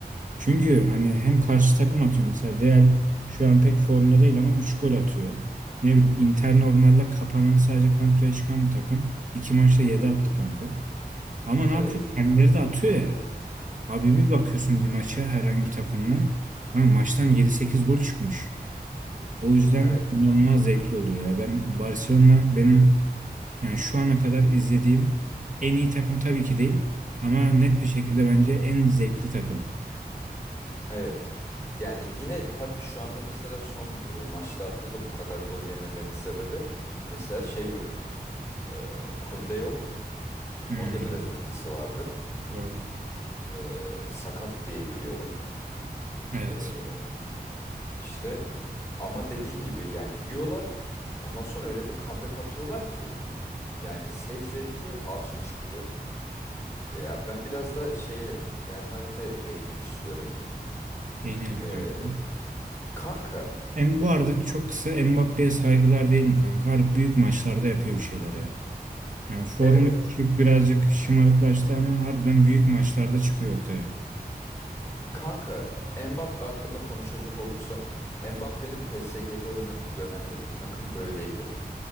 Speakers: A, on the right; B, on the left.
A: Çünkü hani hem karşı takım atıyor mesela Real şu an pek formda değil ama 3 gol atıyor. Ne bileyim Inter normalde kapanan sadece kontraya çıkan bir takım. iki maçta 7 attı kanka. Ama ne yapıyor?
B: evet.
A: Kendileri de atıyor ya. Abi bir bakıyorsun bir maça herhangi bir takımla. Kanka maçtan yedi sekiz gol çıkmış. O yüzden
B: Evet.
A: inanılmaz zevkli oluyor ya. Ben Barcelona benim yani şu ana kadar izlediğim en iyi takım tabii ki değil. Ama net bir şekilde bence en zevkli takım.
B: Evet. Yani yine tabii şu anda mesela son e, maçlarda da bu kadar gol yemelerinin sebebi mesela şey yok. E, Kunde yok.
A: Hmm,
B: Onun da biraz etkisi vardır.
A: doğru.
B: Ee, sakat diye biliyorum.
A: Evet.
B: Ee, işte ama dediğin gibi yani yiyorlar. Ondan sonra öyle bir comeback atıyorlar ki yani seyir zevki arşa çıkıyor. Ee, ya ben biraz da şeye Real Madrid'e değinmek istiyorum.
A: Değinelim
B: Ee,
A: kanka.
B: kanka
A: Em bu arada çok kısa Mbappé'ye saygılar diyelim kanka. Harbi büyük maçlarda yapıyor bir şeyleri. ya. Yani formu
B: evet
A: düşük birazcık şımarıklaştı ama harbiden büyük maçlarda çıkıyor ortaya.
B: kanka Mbappe hakkında konuşacak olursam Mbappe'nin PSG'de oynadığı dönemde de takım böyleydi.